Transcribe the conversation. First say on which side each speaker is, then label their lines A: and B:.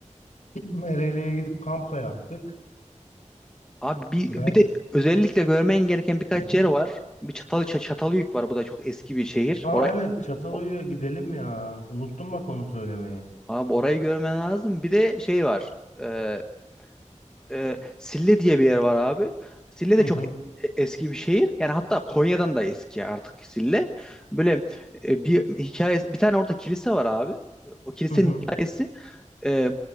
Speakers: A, on the left; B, in the centre.
A: <clears throat> Ereğli'ye gidip kamp da yaptık.
B: Abi bir,
A: Ben
B: bir de özellikle görmen gereken
A: <clears throat>
B: birkaç yer var. Bir Çatal, Ç- Çatalhöyük var. Bu da çok eski bir şehir.
A: Aa
B: Orayı,
A: evet Çatalhöyük'e
B: o-
A: gidelim ya. Unuttum bak onu söylemeyi.
B: abi orayı görmen lazım. Bir de şey var. Ee, e, Sille diye bir yer var abi. Sille de
A: Hı
B: çok
A: hı.
B: e- e, eski bir şehir. Yani hatta Konya'dan da eski artık Sille. Böyle e, bir hikayesi bir tane orada kilise var abi. O kilisenin
A: Hı hı.
B: hikayesi e,